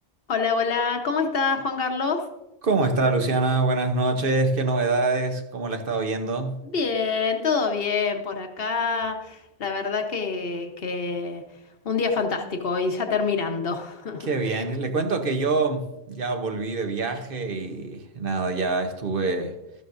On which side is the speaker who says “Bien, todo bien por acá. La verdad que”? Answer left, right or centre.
Left